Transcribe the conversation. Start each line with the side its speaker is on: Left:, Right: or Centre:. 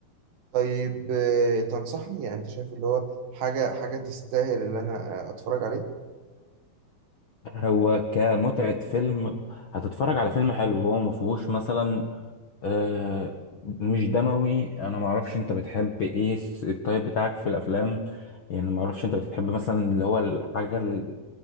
Right: طيب آه، تنصحني يعني انت شايف اللي هو حاجة حاجة تستاهل اللي انا آه، اتفرج عليه
Left: هو كمتعة فيلم هتتفرج على فيلم حلو هو ما فيهوش مثلا آه مش دموي انا ما اعرفش انت بتحب ايه الس- الطيب بتاعك في الافلام يعني ما اعرفش انت بتحب مثلا اللي هو الحاجة ال-